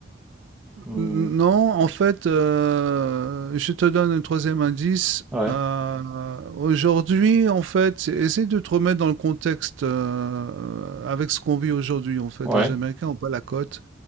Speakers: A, in the centre; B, on the right (about 70°).
A: hmm,
B: Non, en fait, euh, je te donne un troisième indice.
A: ouais,
B: Euh, aujourd'hui, en fait, essaie de te remettre dans le contexte euh, avec ce qu'on vit aujourd'hui. En fait,
A: ouais,
B: les Américains n'ont pas la cote.